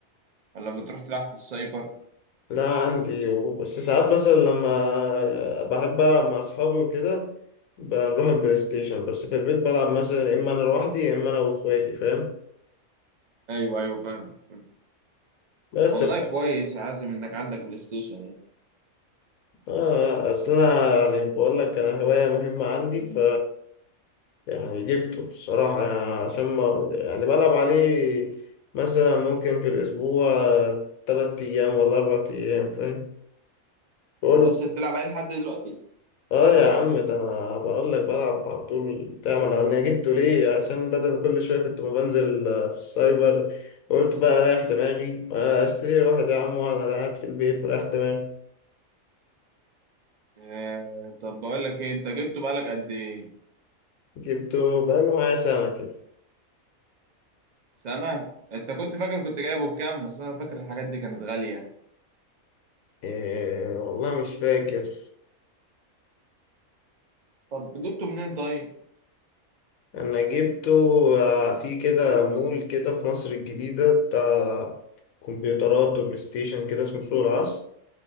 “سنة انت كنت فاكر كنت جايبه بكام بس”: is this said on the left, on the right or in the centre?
Right